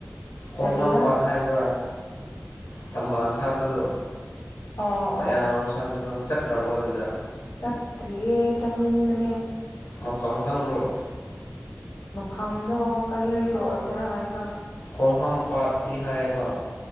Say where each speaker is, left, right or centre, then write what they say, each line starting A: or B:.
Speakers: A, on the left; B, on the left.
A: ꯈꯣꯡꯍꯥꯝꯄꯥꯥꯠ
B: ꯀꯔꯤꯕ
A: ꯍꯥꯏꯕ꯭ꯔꯥ ꯊꯝꯕꯥꯜ ꯁꯥꯠꯄꯗꯣ
B: ꯑꯣ
A: ꯃꯌꯥꯝ
B: ꯑꯣ
A: ꯁꯥꯠꯄꯗꯣ ꯆꯠꯈ꯭ꯔꯕꯣ ꯑꯗꯨꯗ
B: ꯆꯠꯇ꯭ꯔꯤꯌꯦ ꯆꯠꯅꯤꯡꯕꯅꯦ
A: ꯃꯐꯝ ꯈꯪꯕ꯭ꯔꯣ
B: ꯃꯐꯝꯗꯣ ꯀꯔꯤ ꯑꯣꯏꯗ꯭ꯔꯥ ꯍꯥꯏꯕ꯭ꯔꯥ
A: ꯈꯣꯡ ꯍꯥꯥꯝ ꯄꯥꯠꯇꯤ ꯍꯥꯏꯌꯦꯕ